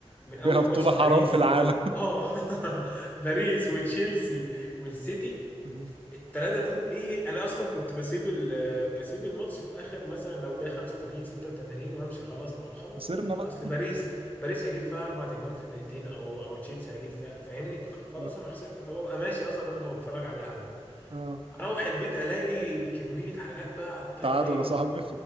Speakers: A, on the left; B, on the right.
A: من اول
B: فيها بطوله
A: ماتش باريس
B: حرام في العالم
A: اه <laughs> باريس وتشيلسي والسيتي
B: <laughs>
A: الثلاثه دول ايه انا اصلا كنت بسيب ال... بسيب الماتش في اخر مثلا لو ده 85 86 وامشي خلاص ما هو خلاص
B: خسرنا
A: ما
B: بقى
A: اصل باريس باريس هيجيب فيها اربع اجوان في دقيقتين او او تشيلسي هيجيب فيها فاهمني خلاص
B: لا.
A: انا خسرت فببقى ماشي اصلا انا ببقى بتفرج على القهوه
B: اه
A: اروح البيت الاقي كميه حاجات بقى على التايم
B: تعادل
A: لاين
B: يا صاحبي
A: اه